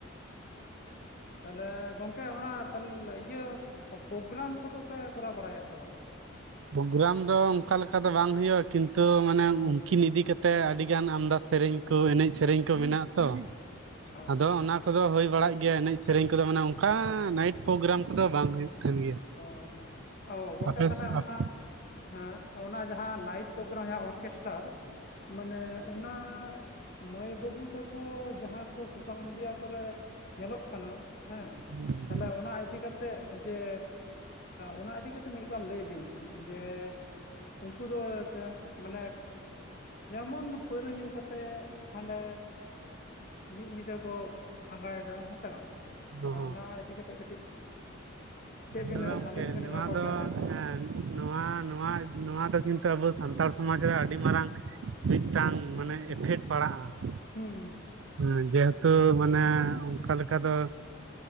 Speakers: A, on the left; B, on the right.
A: ᱛᱟᱦᱚᱞᱮ ᱜᱚᱝᱠᱮ ᱚᱱᱟ ᱛᱟᱦᱞᱮ ᱤᱭᱟᱹ ᱯᱨᱳᱜᱨᱟᱢ ᱠᱚᱫᱚ ᱯᱮ ᱠᱚᱨᱟᱣ ᱵᱟᱲᱟᱭᱟ ᱥᱮ ᱵᱟᱝ
B: ᱯᱨᱳᱜᱨᱟᱢ ᱫᱚ ᱚᱱᱠᱟ ᱞᱮᱠᱟ ᱫᱚ ᱵᱟᱝ ᱦᱩᱭᱩᱜᱼᱟ ᱠᱤᱱᱛᱩ ᱢᱟᱱᱮ ᱩᱱᱠᱤᱱ ᱤᱫᱤ ᱠᱟᱛᱮ ᱟᱹᱰᱤᱜᱟᱱ ᱟᱢᱫᱟ ᱥᱮᱨᱮᱧ ᱠᱚ ᱮᱱᱮᱡ ᱥᱮᱨᱮᱧ ᱠᱚ ᱢᱮᱱᱟᱜᱼᱟ ᱛᱚ
A: ᱚ
B: ᱟᱫᱚ ᱚᱱᱟ ᱠᱚ ᱠᱚᱫᱚ ᱦᱳᱭ ᱵᱟᱲᱟᱜ ᱜᱮᱭᱟ ᱮᱱᱮᱡ ᱥᱮᱨᱮᱧ ᱠᱚᱫᱚ ᱢᱟᱱᱮ ᱚᱱᱠᱟ ᱱᱟᱭᱤᱴ ᱯᱨᱳᱜᱨᱟᱢ ᱠᱚᱫᱚ ᱵᱟᱝ ᱦᱩᱭᱩᱜ ᱠᱟᱱ ᱜᱮᱭᱟ
A: ᱚ ᱚ ᱜᱚᱝᱠᱮ
B: ᱟᱯᱮ
A: ᱛᱟᱦᱚᱞᱮ
B: ᱥᱮᱫ
A: ᱚᱱᱟ ᱦᱮᱸ ᱚᱱᱟ ᱡᱟᱦᱟᱸ ᱱᱟᱭᱤᱴ ᱯᱨᱳᱜᱨᱟᱢ ᱡᱟᱦᱟ ᱚᱨᱠᱮᱥᱴᱟᱨ ᱢᱟᱱᱮ ᱚᱱᱟ ᱢᱟᱹᱭ ᱵᱟᱹᱵᱩ ᱛᱟᱠᱚ ᱡᱟᱦᱟᱸ ᱠᱚ ᱥᱳᱥᱟᱞ ᱢᱤᱰᱤᱭᱟ ᱠᱚᱨᱮ ᱧᱮᱞᱚᱜ ᱠᱟᱱᱟ ᱦᱮᱸ
B: ᱦᱩᱸ
A: ᱛᱟᱦᱚᱞᱮ ᱚᱱᱟ ᱤᱫᱤ ᱠᱟᱛᱮᱫ ᱡᱮ ᱚᱱᱟ ᱤᱫᱤ ᱠᱟᱛᱮᱫ ᱢᱤᱫᱵᱟᱨ ᱞᱟᱹᱭ ᱵᱤᱱ ᱡᱮ ᱩᱱᱠᱩ ᱫᱚ <inaudible> ᱢᱟᱱᱮ ᱡᱮᱢᱚᱱ ᱯᱟᱹᱣᱨᱟᱹ ᱧᱩ ᱠᱟᱛᱮ ᱦᱟᱸᱰᱮ ᱢᱤᱫ ᱧᱤᱫᱟᱹ ᱠᱚ ᱟᱸᱜᱟᱭᱮᱫᱟ ᱦᱮᱸᱥᱮ ᱵᱟᱝ ᱛᱟᱦᱞᱮ
B: ᱚ ᱦᱚᱸ
A: ᱚᱱᱟ ᱤᱫᱤ ᱠᱟᱛᱮᱜ ᱠᱟᱹᱴᱤᱡ? ᱪᱮᱫ ᱵᱤᱱ
B: ᱦᱮᱸ ᱜᱚᱝᱠᱮ
A: ᱥᱟᱸᱫᱮᱥ ᱵᱤᱱ
B: ᱱᱚᱣᱟ
A: ᱮᱢᱟ ᱠᱚᱣᱟ
B: ᱫᱚ
A: ᱜᱟᱨᱡᱮᱱ ᱠᱚ
B: ᱦᱮᱸ ᱱᱚᱣᱟ ᱱᱚᱣᱟ ᱱᱚᱣᱟ ᱫᱚ ᱠᱤᱱᱛᱩ ᱟᱵᱚ ᱥᱟᱱᱛᱟᱲ ᱥᱚᱢᱟᱡᱽ ᱨᱮ ᱟᱹᱰᱤ ᱢᱟᱨᱟᱝ ᱢᱤᱫᱴᱟᱝ ᱢᱟᱱᱮ ᱮᱯᱷᱮᱠᱴ ᱯᱟᱲᱟᱜᱼᱟ ᱾
A: ᱦᱩᱸ ᱾
B: ᱦᱮᱸ ᱡᱮᱦᱮᱛᱩ ᱢᱟᱱᱮ ᱚᱱᱠᱟ ᱞᱮᱠᱟ ᱫᱚ